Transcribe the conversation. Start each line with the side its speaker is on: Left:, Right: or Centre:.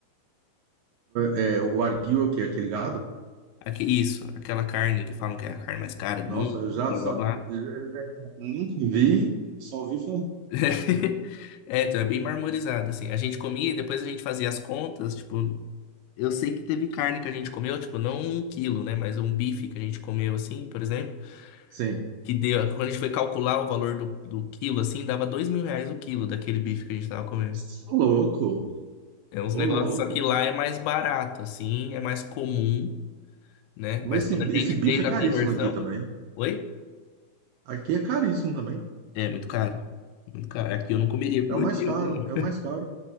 Right: É, o arguil é o quê? Aquele gado?
Left: Aqui, isso, aquela carne que falam que é a carne mais cara do
Right: Nossa,
Left: mundo,
Right: eu já
Left: blá
Right: só,
Left: blá blá.
Right: é, é, nunca vi, só vi falar.
Left: <laughs> É, então é bem marmorizado, assim. A gente comia e depois a gente fazia as contas, tipo, eu sei que teve carne que a gente comeu, tipo, não um quilo, né? Mas um bife que a gente comeu, assim, por exemplo,
Right: Sim.
Left: que deu, quando a gente foi calcular o valor do, do quilo, assim, dava dois mil reais o quilo daquele bife que a gente tava comendo.
Right: Você é louco,
Left: É uns
Right: ô
Left: negócios,
Right: louco.
Left: só que lá é mais barato, assim, é mais comum, né?
Right: Mas
Left: Mas quando
Right: esse,
Left: a
Right: esse
Left: gente
Right: bife
Left: fez
Right: é
Left: a
Right: caríssimo
Left: conversão.
Right: aqui também.
Left: Oi?
Right: Aqui é caríssimo também.
Left: É muito caro. Muito caro. Aqui eu não comeria com
Right: É
Left: meu
Right: o mais
Left: dinheiro,
Right: caro, é o
Left: não.
Right: mais caro.